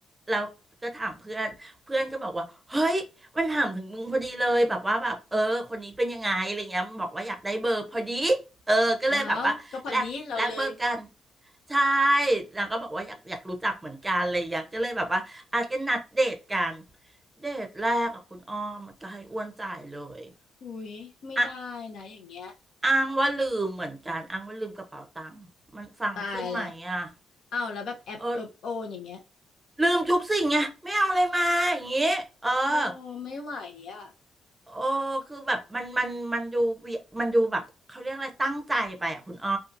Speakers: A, on the right; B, on the left.
A: แล้วก็ถามเพื่อนเพื่อนก็บอกว่าเฮ้ยมันถามถึงมึงพอดีเลยแบบว่าแบบเออคนนี้เป็นยังไงอะไรเงี้ยมันบอกว่าอยากได้เบอร์พอดีเออก็เลยแบบว่าแลกแลกเบอร์กัน
B: อ้าวก็พอดีเราเลย
A: ใช่นางก็บอกว่าอยากอยากรู้จักเหมือนกันอะไรอย่างเงี้ยก็เลยแบบว่าอาจจะนัดเดทกันเดทแรกกับคุณอ้อมจะให้อ้วนจ่ายเลย
B: อุ้ยไม่ได้นะอย่างเงี้ย
A: อ่ะอ้างว่าลืมเหมือนกันอ้างว่าลืมกระเป๋าตังค์มันฟังขึ้นไหมอ่ะ
B: ตายแล้วอ้าวแล้วแบบแอบเอิบโอนอย่างเงี้ย
A: เออลืมทุกสิ่งไงไม่เอาอะไรมาอย่างงี้เออ
B: โอ้ไม่ไหวอ่ะ
A: โอ้คือแบบมันมันมันดูเวียมันดูแบบเขาเรียกอะไรตั้งใจไปอ่ะคุณอ้อ